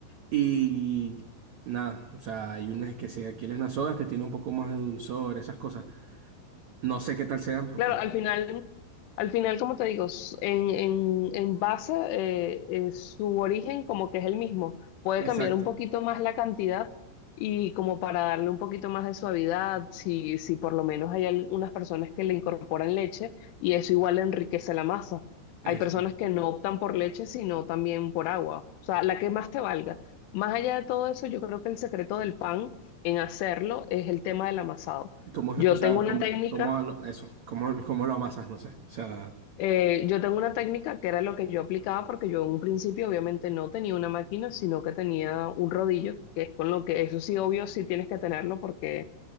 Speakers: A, on the right; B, on the left.
A: Y nada, o sea, hay unas que sí, de Aquiles Nazoa, que tiene un poco más de dulzor, esas cosas. No sé qué tal sean, porque...
B: Claro, al final, al final, como te digo, s- en, en, en base, eh, eh, su origen como que es el mismo. Puede cambiar
A: Exacto.
B: un poquito más la cantidad y como para darle un poquito más de suavidad, si, si por lo menos hay algunas personas que le incorporan leche y eso igual enriquece la masa. Hay
A: Eso.
B: personas que no optan por leche, sino también por agua. O sea, la que más te valga. Más allá de todo eso, yo creo que el secreto del pan en hacerlo es el tema del amasado.
A: ¿Cómo, es-
B: Yo
A: o sea,
B: tengo una
A: cómo,
B: técnica.
A: cómo lo- eso? ¿Cómo, cómo lo amasas? No sé. O sea,
B: Eh, yo tengo una técnica que era lo que yo aplicaba porque yo en un principio obviamente no tenía una máquina, sino que tenía un rodillo, que es con lo que eso sí obvio sí tienes que tenerlo porque